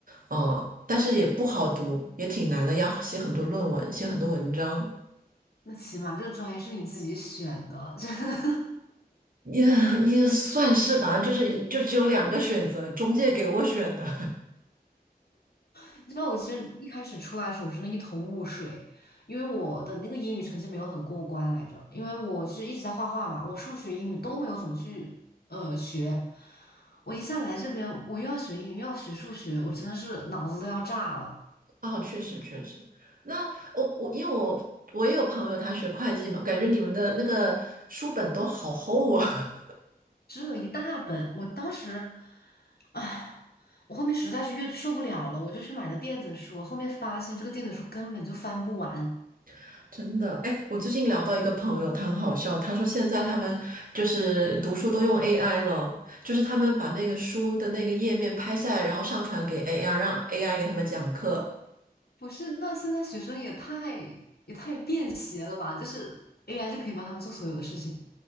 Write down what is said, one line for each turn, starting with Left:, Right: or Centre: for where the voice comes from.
Right: 哦，但是也不好读，也挺难的，要写很多论文，写很多文章，
Left: 那起码这个专业是你自己选的，<laughs> 真的。
Right: 也也算是吧，就是就只有两个选择，中介给我选的。
Left: 你知道我其实一开始出来的时候，我真的一头雾水，因为我的那个英语成绩没有很过关来着，因为我是一直在画画嘛，我数学、英语都没有怎么去呃学。我一下来这边，我又要学英语，又要学数学，我真的是脑子都要炸了，
Right: <laughs> 哦，确实确实，那我我因为我我也有朋友他学会计嘛，感觉你们的那个书本都好厚啊，
Left: 吃了一大本。我当时，唉，我后面实在是越受不了了，我就去买了电子书，后面发现这个电子书根本就翻不完。
Right: <laughs> 真的。哎，我最近聊到一个朋友，他很好笑，他说现在他们就是读书都用 AI 了，就是他们把那个书的那个页面拍下来，然后上传给 AI，让 AI 给他们讲课。
Left: 不是，那现在学生也太也太便携了吧？就是 AI 就可以帮他们做所有的事情。